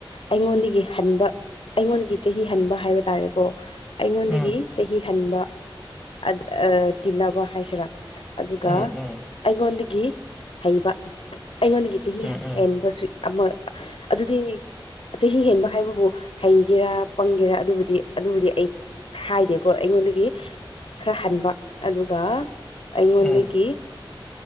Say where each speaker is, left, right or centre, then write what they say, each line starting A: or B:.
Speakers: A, on the left; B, in the centre.
A: ꯑꯩꯉꯣꯟꯗꯒꯤ ꯍꯟꯕ ꯑꯩꯉꯣꯟꯗꯒꯤ ꯆꯍꯤ ꯍꯟꯕ ꯍꯥꯏꯕ ꯇꯥꯔꯦꯀꯣ ꯑꯩꯉꯣꯟꯗꯒꯤ
B: ꯎꯝ
A: ꯆꯍꯤ ꯍꯟꯕ ꯑꯠ ꯑ ꯇꯤꯟꯅꯕ ꯍꯥꯏꯁꯤꯔꯥ ꯑꯗꯨꯒ
B: ꯎꯝ ꯎꯝ
A: ꯑꯩꯉꯣꯟꯗꯒꯤ ꯍꯩꯕ ꯑꯩꯉꯣꯟꯗꯒꯤ ꯆꯍꯤ
B: ꯎꯝ ꯎꯝ
A: ꯍꯦꯟꯕꯁꯨ ꯑꯃ ꯑꯗꯨꯗꯤ ꯆꯍꯤ ꯍꯦꯟꯕ ꯍꯥꯏꯕꯕꯨ ꯍꯩꯒꯦꯔꯥ ꯄꯪꯒꯦꯔ ꯑꯗꯨꯕꯨꯗꯤ ꯑꯗꯨꯕꯨꯗꯤ ꯑꯩ ꯍꯥꯏꯗꯦꯀꯣ ꯑꯩꯉꯣꯟꯗꯒꯤ ꯈꯔ ꯍꯟꯕ ꯑꯗꯨꯒ ꯑꯩꯉꯣꯟꯗꯒꯤ
B: ꯎꯝ